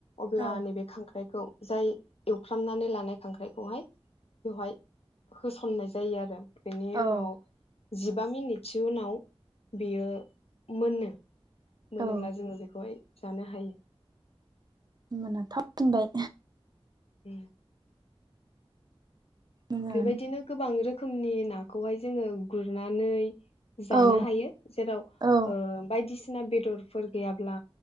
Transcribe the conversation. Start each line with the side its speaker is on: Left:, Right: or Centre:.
Left: अब्ला
Right: औ
Left: नैबे खांख्राइखौ जाय एवफ्रामनानै लानाय खांख्राइखौहाय बेवहाय होसननाय जायो आरो बेनि
Right: औ
Left: उनाव जिबा मिनिटसो उनाव बियो मोनो मोनोब्ला
Right: औ
Left: जोङो बेखौहाय जानो हायो
Right: होनबाना थाब फिनबाय
Left: उ
Right: मोजाङानो
Left: बेबायदिनो गोबां रो खोमनि नाखौहाय जोङो गुरनानै जानो
Right: औ
Left: हायो जेराव
Right: औ
Left: ओ बायदि सिना बेदरफोर गैयाब्ला